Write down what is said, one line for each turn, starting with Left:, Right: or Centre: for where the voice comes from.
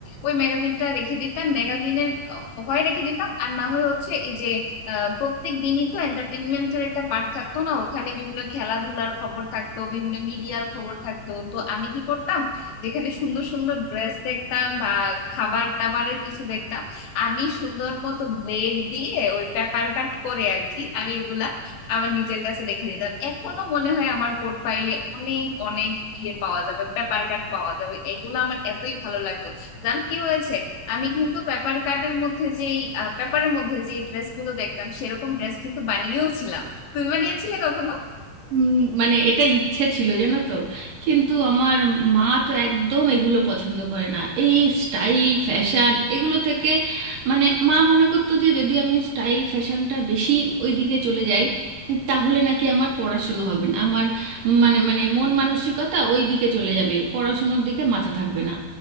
Left: ওই ম্যাগাজিনটা রেখে দিতাম ম্যাগাজিনের আহ, হয় রেখে দিতাম আর না হয় হচ্ছে এই যে আহ, প্রত্যেক দিনই তো এন্টারটেনমেন্টের একটা পার্ট থাকতো না ওখানে বিভিন্ন খেলাধুলার খবর থাকতো বিভিন্ন মিডিয়ার খবর থাকতো তো আমি কি করতাম যেখানে সুন্দর সুন্দর ড্রেস দেখতাম বা খাবার টাবারের কিছু দেখতাম আমি সুন্দর মতো ব্লেড দিয়ে ওই পেপার কাট করে আর কি আমি এগুলা আমার নিজের কাছে রেখে দিতাম এখনো মনে হয় আমার পোর্টফাইলে অনেক অনেক ইয়ে পাওয়া যাবে পেপার কাট পাওয়া যাবে এগুলো আমার এতই ভালো লাগতো জানো কি হয়েছে আমি কিন্তু পেপার কাটের মধ্যে যেই পেপারের মধ্যে যে ড্রেস গুলো দেখতাম সেরকম ড্রেস কিন্তু বানিয়েও ছিলাম তুমি বানিয়েছিলে কখনো
Right: উম, মানে এটা ইচ্ছে ছিল জানো তো কিন্তু আমার মা তো একদম এগুলো পছন্দ করে না এই স্টাইল ফ্যাশন এগুলো থেকে মানে মা মনে করতো যে যদি আমি স্টাইল ফ্যাশনটা বেশি ওইদিকে চলে যাই তাহলে নাকি আমার পড়াশুনো হবে না আমার মানে মানে মন মানসিকতা ওই দিকে চলে যাবে পড়াশুনোর দিকে মাথা থাকবে না